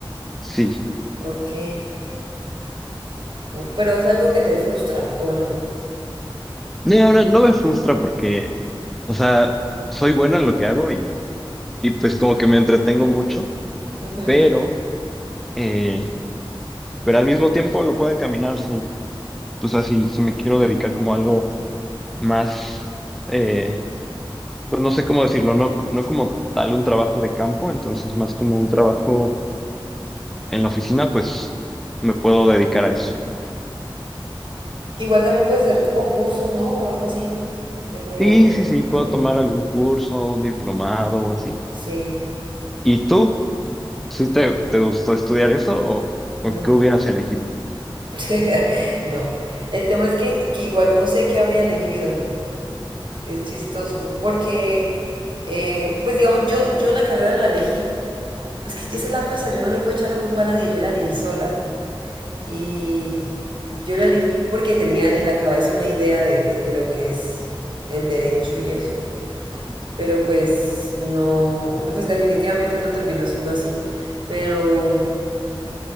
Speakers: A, in the centre; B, on the right.
A: Sí.
B: Ok. Uf, pero es algo que te frustra o no.
A: No, ahora no me frustra porque, o sea, soy bueno en lo que hago y, y pues como que me entretengo mucho,
B: Ujú.
A: pero, eh, pero al mismo tiempo lo puedo encaminar, sí. O sea, si, si me quiero dedicar como a algo más, eh, pues no sé cómo decirlo, no, no como tal un trabajo de campo, entonces más como un trabajo en la oficina, pues me puedo dedicar a eso.
B: Igual también puedes hacer como cursos, ¿no? O algo así de programación
A: Sí, sí, sí, puedo
B: y vainas.
A: tomar algún curso, un diplomado o así.
B: Sí,
A: ¿Y tú? ¿Sí te, te gustó estudiar eso o, o
B: no.
A: qué hubieras elegido?
B: <laughs> No. El tema es que, que igual no sé qué habría elegido. Es chistoso. Porque, eh, pues digamos, yo, yo la carrera la elegí. Es que esa es la cosa, yo no le puedo echar la culpa a nadie, yo la elegí sola. Y yo la elegí porque tenía en la cabeza una idea de, de lo que es el derecho y eso. pero pues no, pues definitivamente no terminó siendo así, pero